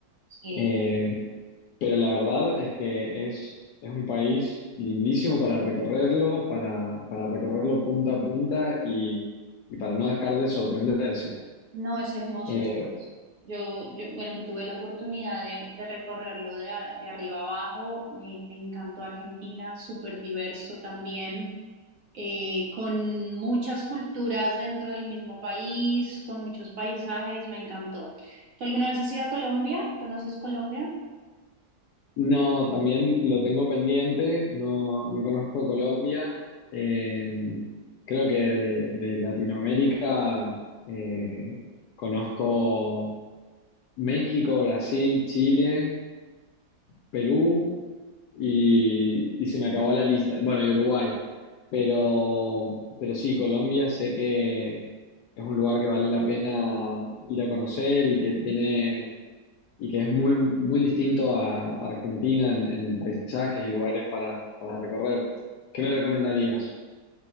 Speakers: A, on the right; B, on the left.
A: Sí.
B: eh, pero la verdad es que es, es un país lindísimo para recorrerlo, para, para recorrerlo punta a punta y, y para no dejar de sorprenderse.
A: No, es hermoso,
B: Eh,
A: es hermoso. Yo, yo, bueno, que tuve la oportunidad de, de recorrerlo de, a- de arriba abajo, me, me encantó Argentina, súper diverso también, eh, con muchas culturas dentro del mismo país, con muchos paisajes, me encantó. ¿Tú alguna vez has ido a Colombia? ¿Conoces Colombia?
B: No, también lo tengo pendiente, no, no conozco Colombia. Eh, creo que de, de Latinoamérica eh, conozco México, Brasil, Chile, Perú y, y se me acabó la lista. Bueno, y Uruguay. Pero, pero sí, Colombia sé que es un lugar que vale la pena ir a conocer y que tiene y que es muy, muy distinto a Argentina en, en paisajes y lugares para, para recorrer. ¿Qué me recomendarías?